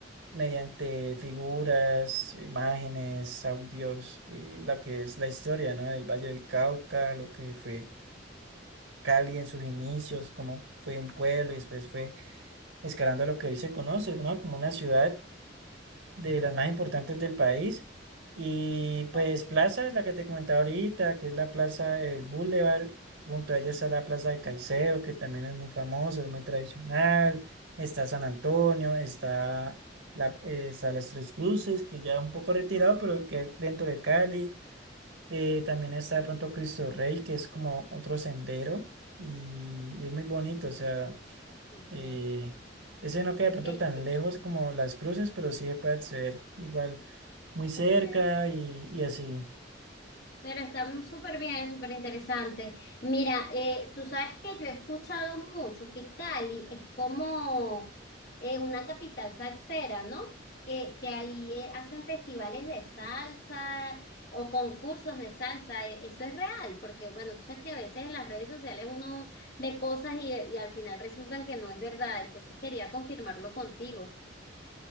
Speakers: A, on the right; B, on the left.
A: mediante figuras, imágenes, audios, y lo que es la historia, ¿no? Del Valle del Cauca, lo que fue Cali en sus inicios, cómo fue un pueblo y después fue escalando a lo que hoy se conoce, ¿no? Como una ciudad de las más importantes del país. Y
B: Ok,
A: pues Plaza es la que te comentaba ahorita, que es la Plaza del Boulevard. Junto a ella está la Plaza de Caicedo, que también es muy famosa, es muy tradicional. Está San Antonio, está, la, eh, está Las Tres Cruces, que ya es un poco retirado, pero que dentro de Cali. Eh, también está de pronto Cristo Rey, que es como otro sendero y, y es muy bonito, o sea.
B: Ok,
A: Eh,
B: ok.
A: ese no queda de pronto
B: ok,
A: tan
B: qué
A: lejos
B: inter-
A: como Las Cruces, pero sí se puede acceder igual muy cerca
B: ok.
A: y, y así.
B: Pero está súper bien, súper interesante. Mira, eh, tú sabes que yo he escuchado mucho que Cali es como eh, una capital salsera, ¿no? Que, que ahí eh, hacen festivales de salsa o concursos de salsa. E- Eso es real, porque bueno, tú sabes que a veces en las redes sociales uno ve cosas y, y al final resultan que no es verdad. Entonces quería confirmarlo contigo.